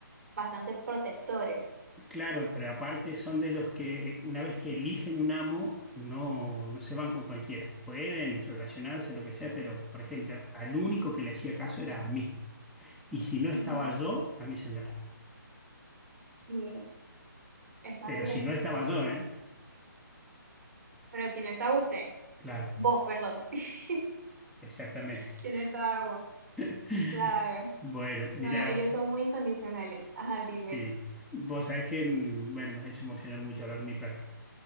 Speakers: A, on the right; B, in the centre.
A: bastante protectores.
B: Claro, pero aparte son de los que eh, una vez que eligen un amo, no, no se van con cualquiera. Pueden relacionarse, lo que sea, pero, por ejemplo, al único que le hacía caso era a mí. Y si no estaba
A: Ujú.
B: yo, a mi señora.
A: Sí, está
B: Pero
A: bien.
B: si no estaba yo, ¿eh?
A: Pero si no está usted,
B: Claro,
A: vos, perdón. <laughs>
B: exactamente.
A: Si no está vos,
B: <laughs>
A: claro.
B: Bueno, mira,
A: No, ellos son muy incondicionales. Ajá,
B: sí.
A: dime.
B: Vos sabés que, mm, bueno, me has hecho emocionar mucho hablar de mi perro.